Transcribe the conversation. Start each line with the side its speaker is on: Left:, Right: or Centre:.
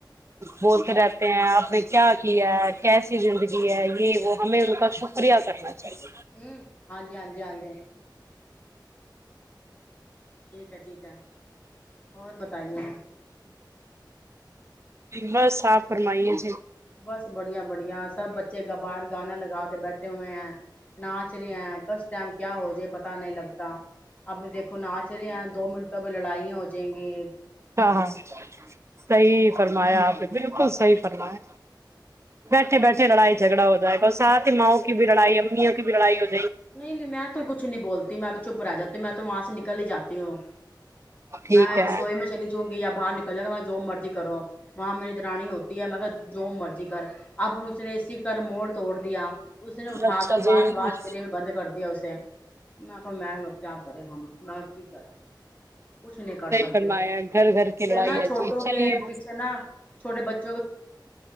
Right: بولتے رہتے ہیں آپ نے کیا کیا ہے کیسی زندگی ہے یہ وہ ہمیں ان کا شکر برییا کرنا چاہیے
Left: ہ ہاں جی ہاں جی ہاں جی ٹھیک ہے ٹھیک ہے اور بتائیے
Right: بس آپ فرمائیے جی
Left: بس بڑیا بڑیا سب بچے کبار گانا لگا کے بیٹھے ہوئے ہیں ناچ رہے ہیں کس ٹائم کیا ہو جائے پت نہیں لگتا ابھی دیکھو ناچ رہے ہیں دو منٹوں میں لڑائ ہو جائیں گی
Right: ہاں ہاں صحی فرمایا آپ نے بالکل صحیح فرو ہے بیٹھے بیٹھے لڑائی جھگڑا ہو جائے گ اور سات ہی ماؤں کی بھی لڑائی اممیوں کی بھی لڑائی ہوتی
Left: نہیں نہیں میں تو کچ نہیں بولتی میں تو چپ رہ جاتی میں تو وہاں سے نکل ہی جاتی ہوں
Right: ٹھیک
Left: میں
Right: ہے
Left: رسوئی میں چلی جاؤں گییا باہر نکل جائےا میں جو مرضی کرو وہاں میری درانی ہوتی ہے میں کہ جو مرضی کر ابو نے اسی کر موڑ توڑ دیا اس نے اٹھا
Right: اچھا
Left: کر
Right: جی
Left: باش
Right: صحیح
Left: واش فری میں بند کر دیا اسے نہ <unintelligible> میں کیا کرے ہم میں کی کرا کچھ نہیں کر سکتے
Right: فرمایا
Left: کچھ نہیں
Right: گھر گھر کی لڑائی
Left: یہ نا
Right: ہے
Left: چھوٹوں
Right: جی چلیے
Left: کے پیچھے نا چھٹے بچ